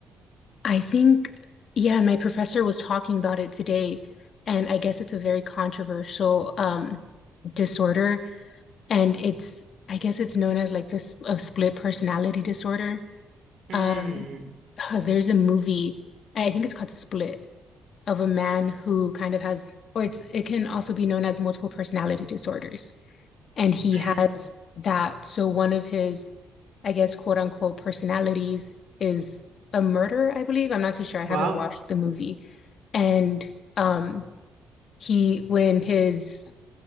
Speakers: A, on the left; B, on the right.
A: I think, yeah, and my professor was talking about it today, and I guess it's a very controversial um, disorder and it's I guess it's known as like this uh, split personality disorder.
B: Mm,
A: Um, uh, there's a movie, I think it's called Split, of a man who kind of has, or it's it can also be known as multiple personality disorders, and he
B: mm,
A: has that. So one of his, I guess, quote unquote personalities is a murderer. I believe. I'm not too sure. I
B: wow.
A: haven't watched the movie, and um, he when his